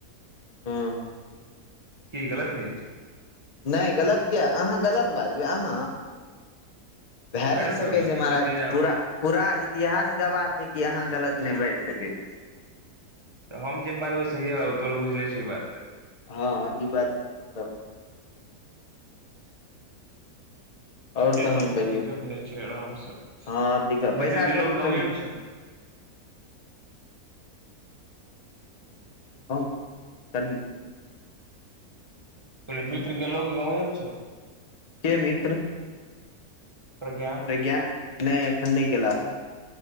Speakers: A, on the left; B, on the right.
A: हँ
B: की गलत कहे छियै
A: ने गलत किया अहाँ गलत बाजबै अहाँ भाए
B: उएह
A: ने सके
B: कहलियौ
A: छै
B: तऽ ई
A: महाराज
B: सब चीज आब
A: पूरा पूरा इ इतिहास गवाह छै कि अहाँ गलत ने बाज सकै
B: तऽ हम जे बाजबै सहीए तोहर बुझले छैय ई बात
A: हाँ ई बात पूरा
B: ठीके
A: आओर तहन
B: छै कोनो
A: कहियौ
B: दिक्कत नय छै आराम से
A: हँ दिक्कत पैसा
B: मित्र गेलो
A: कौड़ी
B: गांवें
A: कनि
B: में छौ
A: <unintelligible>
B: कहतियो मित्र गेलो की गांवे में छौ
A: के मित्र
B: प्रज्ञान
A: प्रग्यान ने एखन ने गेला